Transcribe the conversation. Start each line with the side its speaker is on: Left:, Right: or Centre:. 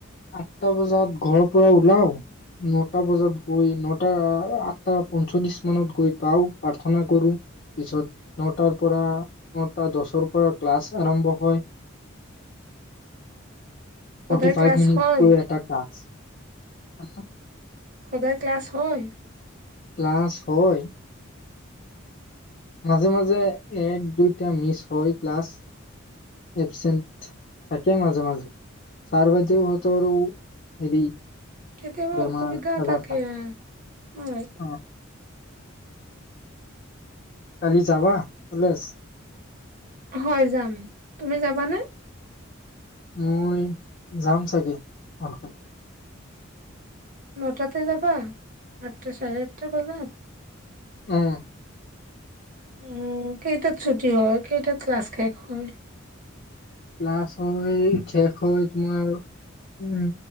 Left: আঠটা বজাত ঘৰৰ পৰা ওলাও নটা বজাত গৈ নটা আঠটা পঞ্চল্লিশ মানত গৈ পাও প্ৰাৰ্থনা কৰো পিছত নটাৰ পৰা নটা দছৰ পৰা ক্লাছ আৰম্ভ হয়।
Right: সদায়
Left: ফৰ্টি ফাইভ
Right: ক্লাছ
Left: মিনিট
Right: হয়
Left: কৈ এটা ক্লাছ। হ
Right: সদায় ক্লাছ হয়?
Left: ক্লাছ হয়। মাজে মাজে এক দুইটা মিচ হয় ক্লাছ এবচেণ্ট থাকে মাজে মাজে, ছাৰ বাইদেও হতৰো হেৰি।
Right: কেতিয়াবা
Left: বেমাৰ
Right: অসুবিধা
Left: আজাৰ
Right: থাকে হয়।
Left: অ কালি যাবা কলেজ?
Right: হয় যাম। তুমি যাবানে?
Left: মই যাম চাগে অহ
Right: নটাতে যাবা আঠটা চাৰে আঠটা বজাত
Left: উম
Right: উম কেইটাত ছুটি হয় কেইটাত ক্লাছ শেষ হয়
Left: ক্লাছ হয় শেষ হয় তোমাৰ উম